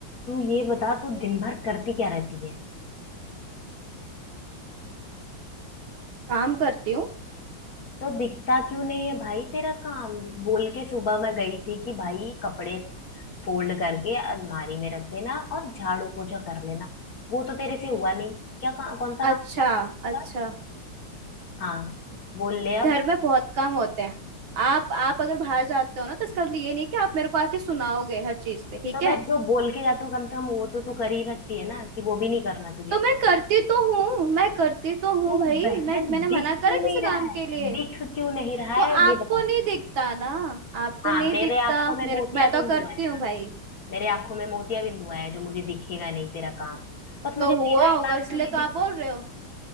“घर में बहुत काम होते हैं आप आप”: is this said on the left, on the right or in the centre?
Right